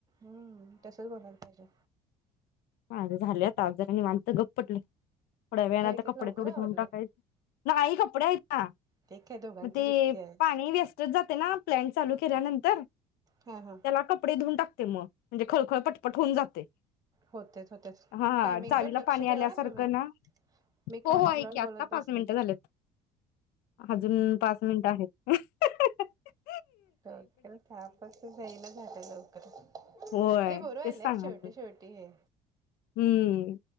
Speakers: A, on the right (about 25°); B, on the left (about 70°).
A: हम्म तसंच बोलायला पाहिजे.
B: माझे झाले आता आज जरा निवांत गप पडलोय. थोड्या वेळान
A: होय
B: आता
A: काय
B: कपडे
A: लवकर
B: तेवढी
A: आवरलंय.
B: धुवून टाकायची नाही कपडे आहेत ना
A: ते काय दोघांचं
B: मग ते
A: किती आहे
B: पाणी वेस्टज जातयं ना प्लॅन्ट चालू केल्यानंतर त्याला
A: हा हा
B: कपडे धुऊून टाकत ते मग म्हणजे खळखळ पटपट होऊन जातय.
A: होतेच होतेच.
B: हा
A: टायमिंगकडे
B: चावीला
A: लक्ष
B: पाणी आल्यासारखं
A: ठेवा तुम्ही
B: ना
A: मी
B: हो
A: कानाला
B: हो आहे
A: लावून
B: की
A: बोलत
B: आत्ता
A: बसले.
B: पाच मिनिटं झालेत. अजून पाच मिनिट आहेत अ हां हां ह.
A: डोक्याला तापच जाईना झालय लवकर नाइ
B: होय
A: बर व्हायलय
B: तेच सांगालोय
A: शेवटी शेवटी हे
B: हम्म